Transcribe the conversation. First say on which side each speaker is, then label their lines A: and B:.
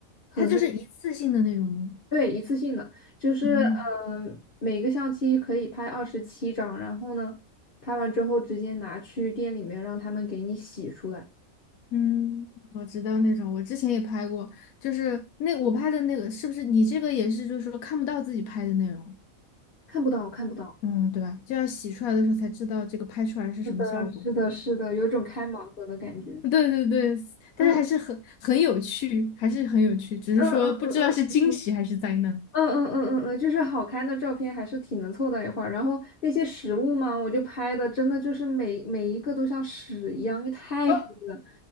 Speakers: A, on the left (about 45°); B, on the left (about 85°).
A: 很黑。
B: 它就是一次性的那种吗？
A: 对，一次性的，就是呃，
B: 嗯
A: 每个相机可以拍二十七张，然后呢，拍完之后直接拿去店里面让他们给你洗出来，
B: 嗯，我知道那种，我之前也拍过，就是那我拍的那个，是不是你这个也是，就是说看不到自己拍的内容，
A: 看不到，看不到。
B: 嗯，对吧？就要洗出来的时候才知道这个拍出来是什么效果。
A: 是的，是的，是的，有种开盲盒的感觉。
B: 对对对，但是还是很很有趣，
A: 嗯。
B: 还是很有趣，只是说不知道是惊喜还是灾难。
A: 嗯嗯嗯嗯嗯嗯嗯嗯，就是好看的照片还是挺能凑到一块儿。然后那些食物嘛，我就拍的真的就是每每一个都像屎一样，因为太黑了，
B: 啊，